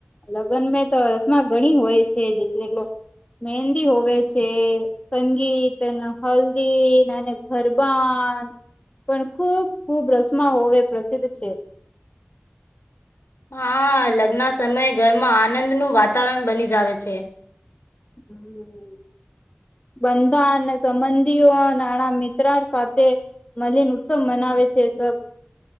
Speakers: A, on the left; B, on the left.
A: લગ્ન મેં તો રસમાં ઘણી હોય છે જે મહંદી હોવે છે સંગીત હલ્દી ને ગરબા પણ ખૂબ ખૂબ રસમાવે પ્રસિદ્ધ છે.
B: હા લગ્ન સમયે ઘરમાં આનંદનું વાતાવરણ બની જાવ છે.
A: હમ. બંધા અને સંબંધીઓ નાના મિત્ર સાથે મલિન ઉત્સવ મનાવે છે એ સબ